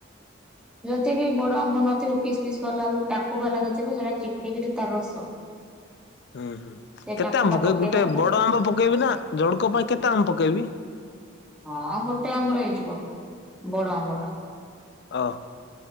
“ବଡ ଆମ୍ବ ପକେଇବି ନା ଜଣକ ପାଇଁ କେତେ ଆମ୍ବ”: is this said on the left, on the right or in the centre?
Left